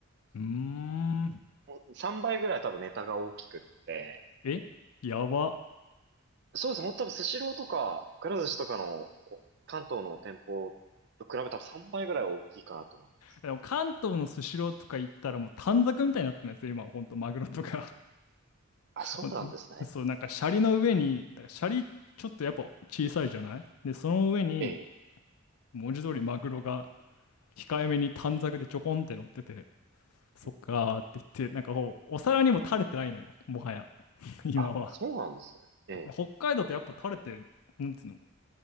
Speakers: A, on the left; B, on the right.
A: うーん。
B: で。3倍ぐらい多分ネタが大きくって。
A: えやば。
B: そうですね。もう多分スシローとか、くら寿司とかの関東の店舗と比べたら3倍ぐらい大きいかなと思います。
A: でも関東のスシローとか行ったらもう短冊みたいになってるんですよ、今はほんとマグロとか。
B: あ、そうなんですね。
A: <laughs> そう、なんかシャリの上に、だからシャリちょっとやっぱ小さいじゃないで、その上に
B: ええ。
A: 文字通りマグロが控えめに短冊でちょこんって乗ってて、そっかーって言って、
B: うんうん
A: なんかこう、お皿にも垂れてないのよ、もはや、<laughs> 今は。
B: あ、そうなんですね。ええ。
A: 北海道ってやっぱ垂れて、なんつうの、